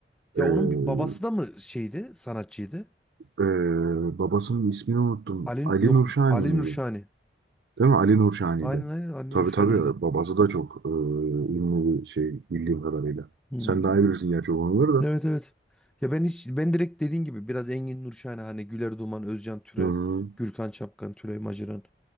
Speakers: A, on the right; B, in the centre.
A: Eee,
B: Ya onun bir babası da mı şeydi? Sanatçıydı.
A: eee, babasının ismini unuttum.
B: Ali
A: Ali
B: yok
A: Nurşani
B: Ali
A: miydi?
B: Nurşani.
A: Değil mi? Ali Nurşani'ydi.
B: Aynen aynen Ali
A: Tabii
B: Nurşani'ydi.
A: tabii. Babası da çok eee, ünlü bir şey bildiğim kadarıyla.
B: Hmm.
A: Sen daha iyi bilirsin gerçi o konuları da.
B: Evet evet. Ya ben hiç ben direkt dediğin gibi biraz Engin Nurşahine hani Güler Duman, Özcan Türe,
A: Hı hı.
B: Gürkan Çapkan, Tülay Maciran